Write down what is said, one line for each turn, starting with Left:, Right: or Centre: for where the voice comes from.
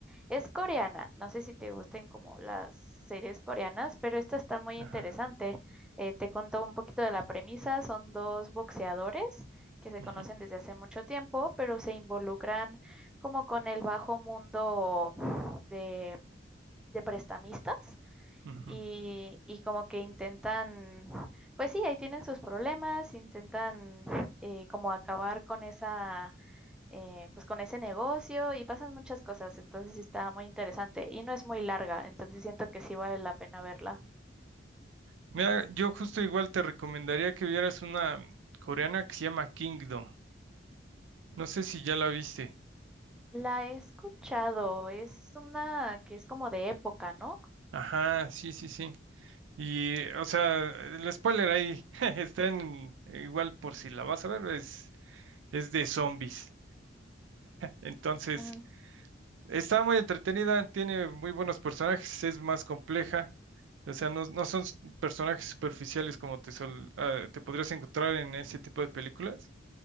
Centre: Es coreana, no sé si te gusten como las series coreanas, pero esta está muy
Right: ajá,
Centre: interesante. Eh, te contó un poquito de la premisa, son dos boxeadores que se
Right: ujú,
Centre: conocen desde hace mucho tiempo, pero se involucran como con el bajo mundo de, de prestamistas
Right: ujú.
Centre: y, y como que intentan, pues sí, ahí tienen sus problemas, intentan eh, como acabar con esa, eh, pues con ese negocio y pasan muchas cosas, entonces sí está muy interesante y no es muy larga, entonces siento que sí vale la pena verla.
Right: Mira, yo justo igual te recomendaría que vieras una coreana que se llama Kingdom. No sé si ya la viste.
Centre: La he escuchado, es una que es como de época, ¿no?
Right: Ajá, sí, sí, sí. Y, o sea, el spoiler ahí <laughs> está en, eh, igual por si la vas a ver, es, es de zombies. Entonces,
Centre: Ah,
Right: está muy entretenida, tiene muy buenos personajes, es más compleja. O sea, no, no son s- personajes superficiales como te, sol- ah, te podrías encontrar en ese tipo de películas.